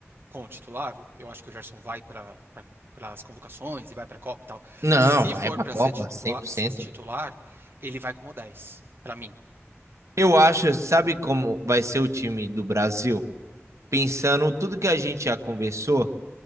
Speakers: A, on the right; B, on the right.
A: como titular, eu acho que o Gerson vai para para as convocações e vai para a Copa e tal.
B: Não,
A: Se
B: vai
A: for
B: pra
A: para
B: Copa,
A: ser titular,
B: cem por cento
A: titular, ele vai como dez para mim.
B: Eu acho, sabe como vai ser o time do Brasil? Pensando tudo que a gente já conversou,